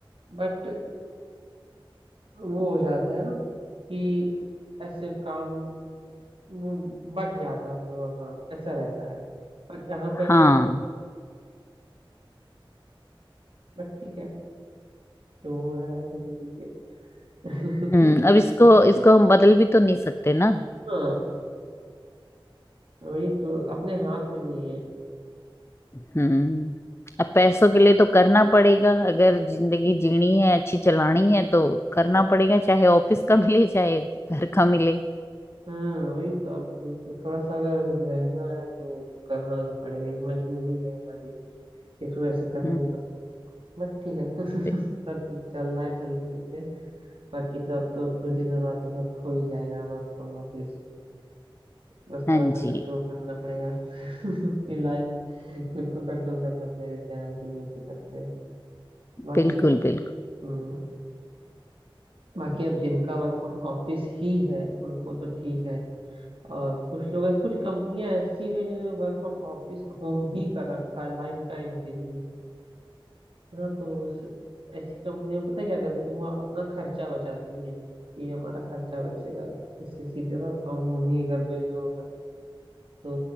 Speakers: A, on the right; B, on the left.
A: बट वो हो जाता है ना कि ऐसे काम वो बट जाता है हम लोग का काम ऐसा रहता है बट यहाँ पे ऐसा
B: हाँ
A: ना बट ठीक है जो हो रहा है होने दीजिए
B: हम्म
A: <laughs>
B: अब इसको इसको हम बदल भी तो नहीं सकते ना
A: हाँ वही तो अपने हाथ में नहीं है
B: हम्म अब पैसों के लिए तो करना पड़ेगा अगर जिंदगी जीनी है अच्छी चलानी है तो करना पड़ेगा चाहे ऑफिस का <laughs> मिले चाहे घर का मिले
A: हाँ वही तो अब थोड़ा सा अगर रहना है तो करना तो पड़ेगा ये मजबूरी है हमारी इसको ऐसे करना
B: हम्म
A: ही पड़ता बट ठीक है <laughs> सब
B: बि-
A: ठीक चल रहा है चलने देते हैं। बाकी तो अब तो कुछ दिनों बाद तो सब हो ही जाएगा वर्क फ्रॉम ऑफिस बस
B: हाँ
A: थोड़ा सा कंट्रोल
B: जी
A: करना पड़ेगा <laughs> ये लाइफ खुद को कंट्रोल करना पड़ेगा कि हाँ ऐसे नहीं ऐसे करते हैं बाकी
B: बिल्कुल बिल्कुल
A: हम्म, बाकी अब जिनका वर्क फ्रॉम ऑफिस ही है उनको तो ठीक है और कुछ लोग कुछ कंपनियां ऐसी भी है जिन्होंने वर्क फ्रॉम ऑफिस होम ही कर रखा है लाइफ टाइम के लिए है ना तो उस ऐसी कंपनियां पता है क्या करती हैं वो अपना खर्चा बचाती हैं कि हमारा खर्चा बचेगा इससे सीधे वर्क फ्रॉम होम ही कर दो इन लोगों का तो